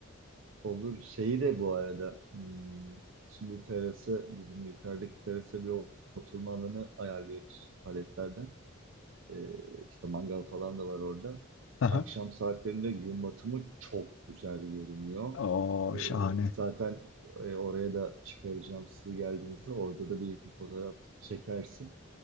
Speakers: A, on the right; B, on the left.
A: olur şeyi de bu arada hmm, şimdi terası bizim yukarıdaki terasa bir oturma alanı ayarlıyoruz paletlerden. Ee, işte mangal falan da var orada.
B: Aha.
A: Akşam saatlerinde gün batımı çok güzel görünüyor.
B: Oo,
A: Ee,
B: şahane.
A: zaten e, oraya da çıkaracağım sizi geldiğinizde. Orada da bir iki fotoğraf çekersin.